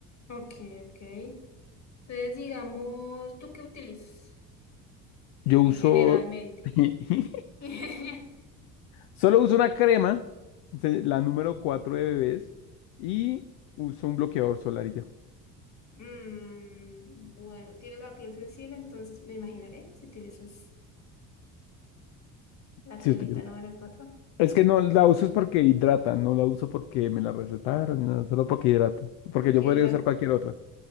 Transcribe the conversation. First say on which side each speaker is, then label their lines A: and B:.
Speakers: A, on the left; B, on the left.
A: Ok, ok. Entonces, digamos, ¿tú qué utilizas
B: Yo
A: eh,
B: uso,
A: generalmente?
B: <laughs>
A: <laughs>
B: solo uso una crema, se- la número 4 de bebés, y uso un bloqueador solar y ya.
A: Mm, bueno, tienes la piel sensible, entonces me imaginaré si utilizas la cremita
B: Si usted-
A: número cuatro,
B: Es que no la uso es porque hidrata, no la uso porque me la recetaron, no, solo porque hidrata. Porque
A: Porque
B: yo podría
A: hidrata.
B: usar cualquier otra.